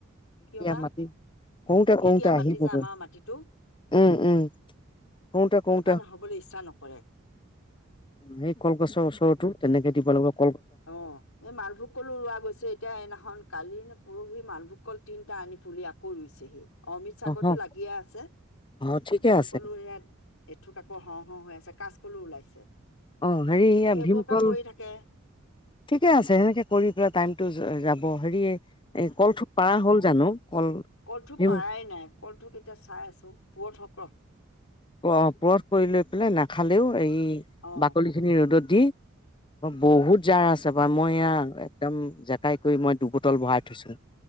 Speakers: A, on the left (about 85°); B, on the left (about 25°).
A: কিয় বা
B: মাতি কওতে
A: কি
B: কওতে
A: কিয়া
B: আহিবগৈ
A: মাটি যে আমাৰ মাটিটো
B: উম উম কৰোতে
A: সেইটো
B: কৰোতে
A: কাৰণে হবলৈ ইচ্ছা নকৰে
B: সেই কলগছৰ ওচৰৰতটো তেনেকে লোকক
A: অ এই মালভোগ কলো ৰোৱা গৈছে এতিয়া এদিনাখন কালি নে পৰহি মালভোগ কল তিনিটা আনি, পুলি আকৌ ৰুইছে সি। অমিত চাগৰটো
B: অ',
A: লাগিয়ে আছে
B: অ', ঠিকে
A: ভীমকলো
B: আছে।
A: সেয়া এথুক আকৌ হওঁ অ হৈ আছে কাচকললো ওলাইছে
B: অ হেৰি
A: সেইবোৰকে
B: ভীমকল
A: কৰি থাকে
B: ঠিকে আছে সেনেকে কৰি পেলাই টাইমতটো যাব হেৰিয় এই কলঠোক পাৰা হ'ল জানো? কল
A: কলঠো
B: ভীম
A: পাৰাই নাই কলঠো কেতিয়া চাই আছো পুৰতসক
B: অ পৰ কৰি লৈ বোলে খালেও এই
A: অ
B: বাকলি খিনি ৰ'দত বহুত জাৰ আছে, বা মই এয়া একদম জেকাই কৰি মই দুবটল ভৰাই থৈছো।